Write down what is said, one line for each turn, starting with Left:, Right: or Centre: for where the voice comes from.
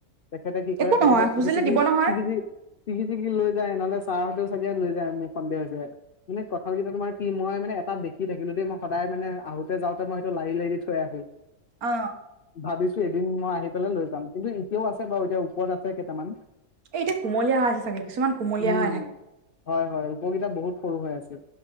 Left: তেখেতে কি কৰে
Right: একো
Left: তেখেতে
Right: নহয় খুজিলে
Left: চিঙি চিঙি
Right: দিব নহয়
Left: চিঙি চিঙি চিঙি লৈ যায় নহলে চাহঁতেও চাগে লৈ যায় মোৰ সন্দেহ হৈছে মানে কঠাঁল কেইটা তোমাৰ সি মই মানে এটা দেখি থাকিলো দেই মই সদায় মানে আহোতে যাওঁতে মই সেইটো লাৰি লাৰি থৈ আহো
Right: অ
Left: ভাবিছো এদিন মই আহি পেলাই লৈ যাম কিন্তু এও আছে বাৰু এতিয়া ওপৰত আছে কেইটামান
Right: এই এতিয়া কুমলীয়া হৈ আছে চাগে কিছুমান কুমলীয়া
Left: উম
Right: হৈ থাকে
Left: হয় হয় ওপৰকেইটা বহুত সৰু হৈ আছিল